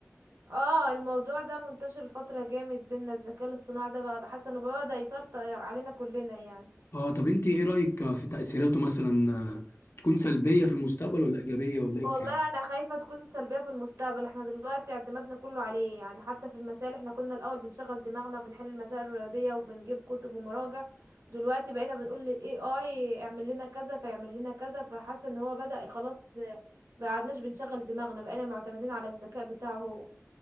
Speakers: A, on the right; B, on the left.
A: اه الموضوع ده منتشر الفترة جامد بينا الذكاء الاصطناعي ده بقى بحس انه بدأ يسيطر علينا كلنا يعني
B: اه طب انت ايه رايك آه، في تاثيراته مثلا آه، تكون سلبيه في المستقبل ولا ايجابيه ولا ايه
A: والله
B: الكلام
A: انا خايفة تكون سلبية في المستقبل احنا دلوقتي اعتمادنا كله عليه يعني حتى في المسائل احنا كنا الاول بنشغل دماغنا بنحل المسائل الرياضية وبنجيب كتب ومراجع دلوقتي بقينا بنقول لل AI اعمل لنا كذا فيعمل لنا كذا فحاسة ان هو بدأ خلاص آه، ما قعدناش بنشغل دماغنا بقينا معتمدين على الذكاء بتاعه هو